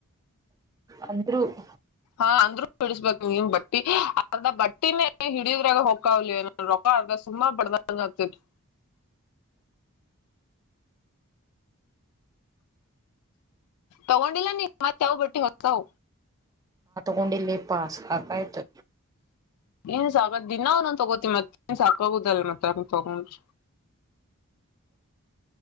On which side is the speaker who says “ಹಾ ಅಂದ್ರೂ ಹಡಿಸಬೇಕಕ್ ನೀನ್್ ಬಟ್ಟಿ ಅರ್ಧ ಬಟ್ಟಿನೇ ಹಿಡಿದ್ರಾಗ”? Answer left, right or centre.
Left